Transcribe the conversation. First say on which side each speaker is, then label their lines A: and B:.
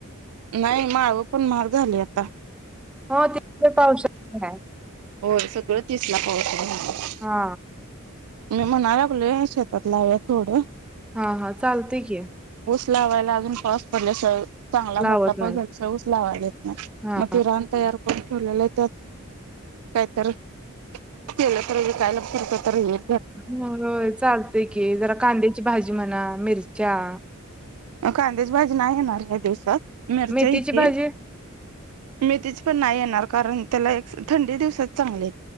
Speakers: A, on the right (about 85°); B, in the centre.
A: नाही मावळ पण महाग झाले आता.
B: हो ते. पावसाळा आहे
A: हो सगळ तिस ला पावत हम्.
B: हा
A: मी म्हणयला लागले शेतात लावा थोड.
B: हा हा चालतय की.
A: लावायला अजून पास पडल स. चांगला मोठा
B: लावत नाही
A: पगलशवच लावायल्यात ते
B: हा
A: मग ते रान तयार कर. ठेवलेलय त्यात काही तरी केल तर काय लफर तर ये होईल.
B: हो चालतय की जरा कांद्याची भाजी म्हणा मिरच्या.
A: कांद्याच भाजी नाही येणार या दिवसात मिरच्या
B: मेथीची
A: येतिल
B: भाजी
A: मेथिची पण नाही येणार कारण त्याला एक थंडी दिवसच चांगले.